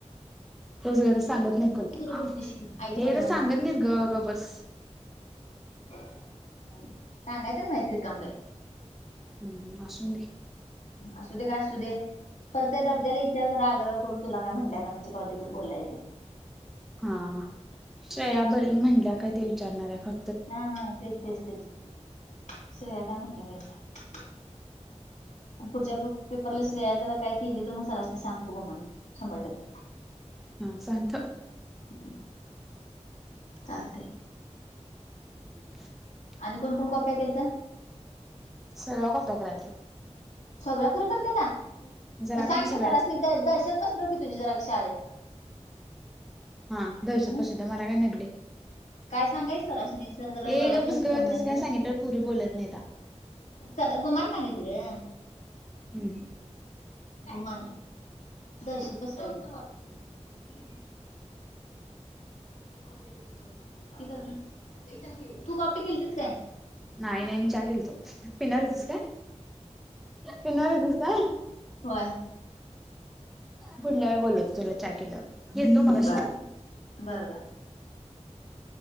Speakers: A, in the centre; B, on the left.
A: तोज ग तर सांगत नाही कोण
B: सुरू बोलतीस की आईच्या
A: हे
B: पाठमाने
A: तर सांगत
B: येते
A: नाहीत ग गप्प बस.
B: सांगायचं आणि व्हायचं रिकाम बाई.
A: हम्म असून दे
B: असू दे काय असू दे परतयेत अबजाला. ज आग्रह करून तुला काय म्हटलंय का म्हणजे कधी बोलाय ते.
A: हा श्रेयाबर म्हटल्या काय ते विचारणार आहे का.
B: हा हा तेच तेच तेच श्रेया काय म्हणत्या काय विचार. पुढच्या पेपरला श्रेया जरा काय केली तर मग सरासनी सांगतो म्हणा. शंभर टक्के.
A: हा. <unintelligible>
B: हम्म चालते.
A: <inaudible>
B: आणि कोण कोण कोप्या केलत.
A: सगळ्या कोप्या करायल्त्या.
B: सगळ्या पोरी करता सा
A: जरा
B: मग सांग
A: कमी सगळ्याच
B: की सरासनी द दहशत पसरव की तुझी जरा शाळेत.
A: हा दहशत
B: हं?
A: पश्चात मला काय येत नाही ते. काय सांगायच
B: सांगायचं सरासनी सर जरा
A: हे
B: वर्गात
A: गप्प
B: लक्ष
A: बस गं
B: द्या म्हणायचं
A: तसं काय सांगितलंवर पोरी बोलत नाहीता.
B: च गुमान सांगायचं ग.
A: हम्
B: मान दहशत पसरायच अम ती करत नाही तू कॉपी केलतीस काय?
A: नाही नाही मी चहा केल तो पिणार होतीस काय पिणार होतीस काय?
B: होय.
A: पुढल्या वेळी बोलतो तुला चहा केल्यावर येतो मगाशी
B: बर बर बर